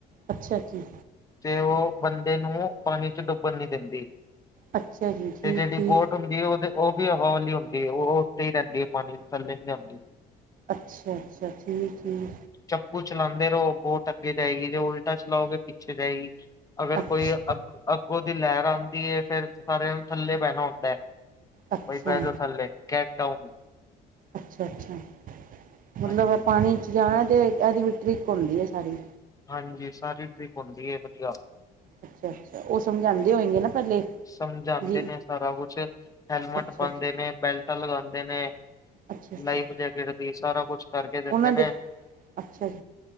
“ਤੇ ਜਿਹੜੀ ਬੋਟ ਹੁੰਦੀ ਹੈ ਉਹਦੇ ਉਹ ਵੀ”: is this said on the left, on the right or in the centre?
Left